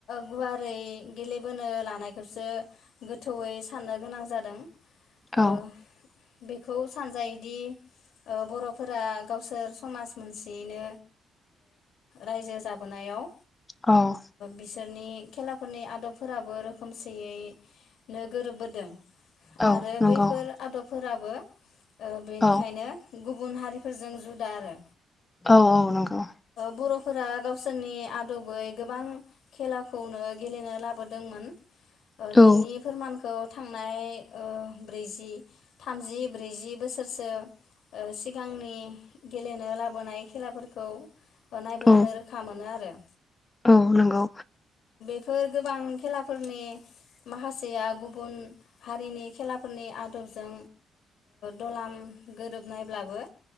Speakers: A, on the left; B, on the left.
A: गुवारै गेलेबोनो लानायखौसो गोथौयै साननो गोनां जादों
B: औ
A: ओ बेखौ सानजायोदि बर'फोरा गावसोर समाज मोनसेयैनो रायजो जाबोनायाव
B: औ
A: बिसोरनि खेलाफोरनि आदबफोराबो रोखोमसेयैनो गोरोबबोदों
B: औ
A: आरो
B: नंगौ
A: बैफोर आदबफोराबो बेनिखायनो
B: औ
A: गुब गुबुन हारिफोरजों जुदा आरो
B: औ औ नंगौ
A: बर'फोरा गावसोरनि आदबै गोबां खेलाखौनो गेलेनो लाबोदोंमोन उ
B: औ
A: बेनि फोरमानखौ थांनाय उ ब्रैजि थामजि ब्रैजि बोसोरसो सिगांनि गेलेनो लाबोनाय खेलाफोरखौ नायब्लानो
B: औ
A: रोखा मोनो आरो
B: औ नंगौ
A: बेफोर गोबां खेलाफोरनि माखासेया गुबुन हारिनि खेलाफोरनि आदबजों दलाम गोरोबनायब्लाबो